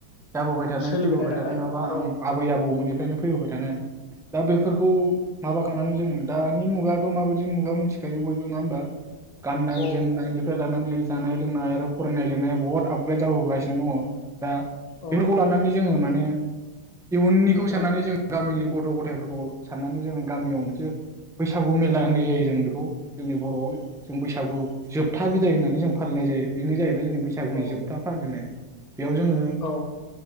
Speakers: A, in the centre; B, on the left (about 30°).
A: जाबोबाय थानाय
B: सोलिबोनाय
A: फैबोबाय
B: नालाय
A: थानाय नङाबा आं
B: औ
A: आबै आबौमोननि नो फैबोबाय दा बेफोरखौ माबाखांनानै जोङो दानि मुगाथ' माबायदि मुगा मिथिखायो बयबो नङा होनबा? गाननाय
B: औ
A: जोमनाय निफ्राय लानानै जानाय लोंनाय आरो फरायनाय लिरनाय बहुत आपग्रेद जाबोगासिनो दङ। दा
B: औ
A: बेफोरखौ लानानै जोङो माने उम इयुननिखौ साननानै
B: औ
A: जों गामिनि गथ' गथायफोरखौ साननानै जोङो गामियाव मोनसे बैसागु मेला होननाय जायो जों बेखौ जोंनि बर'आव जों बैसागु जोब था बिदाय होननानै जों फालिनाय जायो बेनो जाहैबाय जोंनि बैसागुनि
B: औ
A: जोबथा फालिनाय बेयाव जोङो
B: औ